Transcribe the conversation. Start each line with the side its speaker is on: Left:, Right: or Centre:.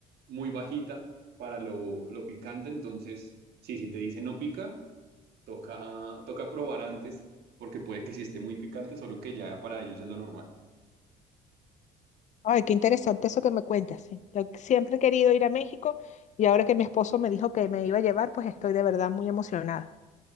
Right: muy bajita para lo, lo picante. Entonces, sí, si te dicen no pica, toca, toca probar antes, porque puede que sí esté muy picante, solo que ya para ellos es lo normal.
Left: Ay, qué interesante eso que me cuentas. sí. Yo siempre he querido ir a México y ahora que mi esposo me dijo que me iba a llevar, pues estoy de verdad muy emocionada.